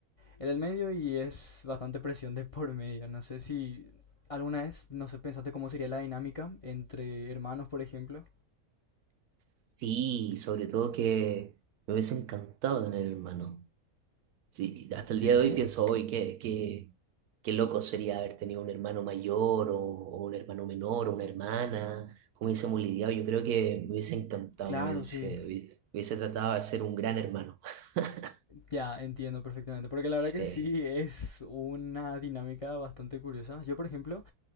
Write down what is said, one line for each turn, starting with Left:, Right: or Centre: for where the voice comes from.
Left: en el medio y es bastante presión de por medio. No sé si alguna vez, no sé, pensaste cómo sería la dinámica entre hermanos, por ejemplo.
Right: Sí, sobre todo que me hubiese encantado tener hermano. Sí, hasta
Left: Sí,
Right: el día
Left: sí.
Right: de hoy pienso hoy que, que, qué loco sería haber tenido un hermano mayor o, o un hermano menor o una hermana, cómo hubiésemos lidiado. Yo creo que me hubiese encantado,
Left: Claro,
Right: me hubiese,
Left: sí.
Right: eh, hubiese hubiese tratado de ser un gran hermano. <laughs>
Left: Ya, entiendo perfectamente. Porque la
Right: Sí.
Left: verdad que sí es una dinámica bastante curiosa. Yo, por ejemplo,